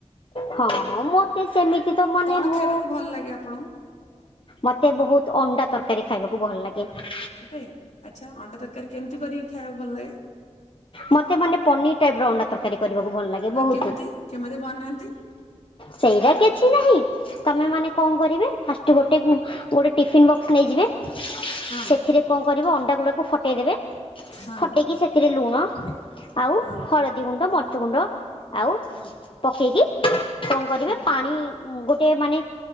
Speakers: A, on the left; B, on the left.
A: ହଁ ମୋତେ ସେମିତି ତ ମାନେ
B: କଣ
A: ମୁଁ।
B: ଖାଇବାକୁ ଭଲ ଲାଗେ ଆପଣଙ୍କୁ
A: ମତେ ବହୁତ ଅଣ୍ଡା ତରକାରୀ ଖାଇବାକୁ ଭଲ ଲାଗେ। ଏ
B: ସୁପେ ଆଚ୍ଛା ଅଣ୍ଡା ତରକାରୀ କେମିତି କରିକି ଖାଇବାକୁ ଭଲ ଲାଗେ?
A: ମତେ ମାନେ ପନିର୍ ଟାଇପର ଅଣ୍ଡା ତରକାରୀ କରିବାକୁ ଭଲ ଲାଗେ।
B: ବା
A: ବହୁତ
B: କେମିତି କେମିତି ବନାନ୍ତି?
A: ସେଇଟା କିଛି ନାହିଁ ତମେ ମାନେ କଣ କରିବେ ଫାଷ୍ଟ ଗୋଟେ। ଗୋଟେ ଟିଫିନ୍ ବକ୍ସ ନେଇଯିବେ
B: ହଁ
A: ସେଥିରେ କଣ କରିବ ଅଣ୍ଡାଗୁଡ଼ାକୁ ଫଟେଇଦେବେ।
B: ହଁ
A: ଫଟେଇକି ସେଥିରେ ଲୁଣ। ଆଉ
B: ହଁ।
A: ହଳଦୀ ଗୁଣ୍ଡ ମଚ ଗୁଣ୍ଡ ଆଉ
B: ହୁଁ
A: ପକେଇକି। କଣ କରିବେ
B: ହୁଁ
A: ପାଣି ଗୋଟେ ମାନେ